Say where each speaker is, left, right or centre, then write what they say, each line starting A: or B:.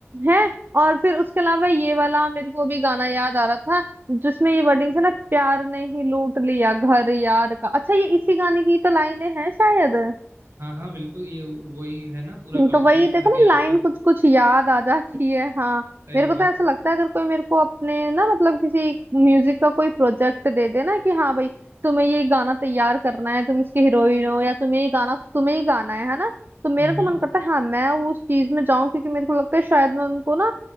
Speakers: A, on the right; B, on the right.
A: है और फिर उसके अलावा ये वाला मेरे को भी गाना याद आ रहा था जिसमें ये वर्डिंग है ना प्यार ने ही लूट लिया घर यार का अच्छा ये इसी गाने की तो लाइनें हैं शायद
B: हाँ हाँ बिल्कुल ये वही है ना पूरा कंप्लीट
A: तो वही देखो
B: कर दिया
A: ना लाइन
B: आपने
A: कुछ कुछ याद आ जाती है हाँ
B: सही
A: मेरे
B: बात
A: को तो ऐसा लगता है अगर कोई मेरे को अपने ना मतलब किसी म्यूजिक का कोई प्रोजेक्ट दे दे ना कि हाँ भाई तुम्हें ये गाना तैयार करना है तुम इसके हीरोइन हो या तुम्हें ये गाना तुम्हें ही गाना है है ना तो मेरा
B: हम्म
A: तो
B: हम्म।
A: मन करता है हाँ मैं उस चीज में जाऊं क्योंकि मेरे को लगता है शायद मैं उनको ना